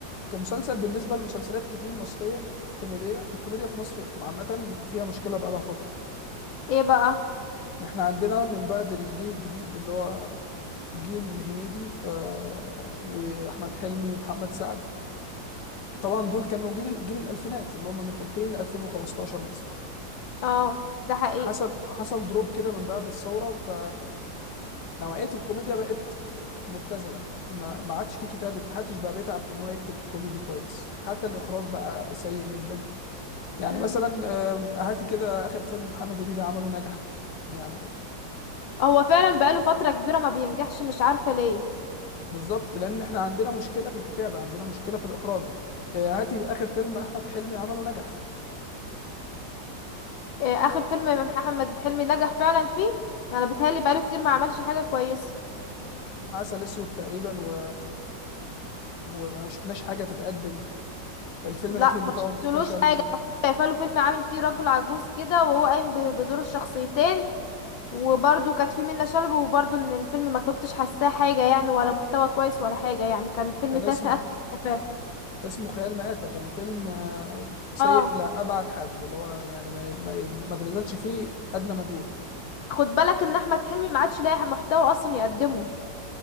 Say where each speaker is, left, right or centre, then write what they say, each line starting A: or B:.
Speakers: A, on the left; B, on the left.
A: كمسلسل بالنسبه لمسلسلات كتير مصريه كوميديه الكوميديا في مصر عامه فيها مشكله بقالها فتره
B: ايه بقى
A: احنا عندنا من بعد الجيل الجديد اللي هو جيل هنيدي آه، واحمد حلمي ومحمد سعد طبعا دول كانوا جيل جيل الالفينات اللي هم من 2000 ل 2015 مثلا
B: اه ده حقيقة
A: حصل حصل دروب كده من بعد الثوره ف نوعية الكوميديا بقت مبتذلة ما ما عادش في كتابة محدش بقى بيتعب في ان هو يكتب كوميدي كويس حتى الاخراج بقى سيء جدا يعني
B: مم.
A: مثلا آم، هاتي كده اخر فيلم محمد هنيدي عمله نجح يعني
B: هو فعلا بقاله فترة كبيرة ما بينجحش مش عارفة ليه
A: بالظبط لان احنا عندنا مشكلة في الكتابة عندنا مشكلة في الاخراج آه، هاتي اخر فيلم احمد حلمي عمله نجح
B: إيه اخر فيلم محمد حلمي نجح فعلا فيه انا بتهيألي بقاله كتير ما عملش حاجة كويسة
A: عسل اسود تقريبا و... وما شفناش حاجة تتقدم الفيلم
B: لا
A: الاخير بتاعه
B: ما شفتلوش
A: فشل
B: حاجة شايفه له فيلم عامل فيه راجل عجوز كده وهو قايم ب- بدور الشخصيتين وبرضو كانت في منة شلبي وبرضو ان الفيلم ما كنتش حاساه حاجة يعني ولا محتوى كويس ولا حاجة يعني كان فيلم
A: كان
B: تافه
A: اسمه
B: اتفه تافه
A: اسمه خيال مآتة كان فيلم آه، سيء
B: اه
A: لا أبعد حد اللي هو يعني ما ما يت- ما تبذلش فيه أدنى مجهود
B: خد بالك ان احمد حلمي ما عادش لاقي محتوى اصلا يقدمه